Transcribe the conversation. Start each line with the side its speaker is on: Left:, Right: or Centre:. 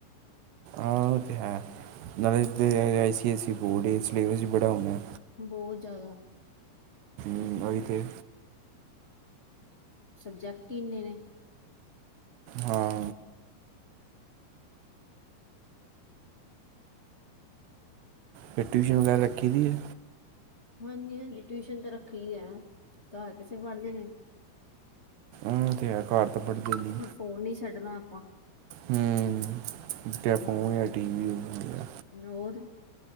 Right: ਹਾਂ ਉਹ ਤਾਂ ਹੈ ਨਾਲੇ ਤੇ ਇੱਥੇ I C S E board ਹੈ ਸਿਲੇਬਸ ਹੀ ਬੜਾ ਹੋਣਾ।
Left: ਬਹੁਤ, ਜ਼ਿਆਦਾ।
Right: ਹਮ ਤਾਂ ਹੀ ਤੇ।
Left: ਸਬਜੈਕਟ ਹੀ ਇੰਨੇ ਨੇ।
Right: ਹਾਂ। ਫਿਰ, ਟਿਊਸ਼ਨ ਵਗੈਰਾ, ਰੱਖੀ ਦੀ ਹੈ।
Left: ਹਾਂਜੀ, ਹਾਂਜੀ, ਟਿਊਸ਼ਨ ਤਾਂ ਰੱਖੀ ਹੈ। ਘਰ ਕਿਥੇ ਪੜ੍ਹਦੇ ਨੇ।
Right: ਉਹ, ਤੇ ਹੈ। ਘਰ ਤਾਂ, ਪੜ੍ਹਦੇ ਲਈ।
Left: ਫ਼ੋਨ ਨਹੀਂ ਛੱਡਣਾ ਆਪਾਂ।
Right: ਹਮ, ਜਾਂ
Left: ਹਾਂ
Right: ਫੋਨ, ਜਾਂ ਟੀਵੀ ਹੋ।
Left: ਹੋਰ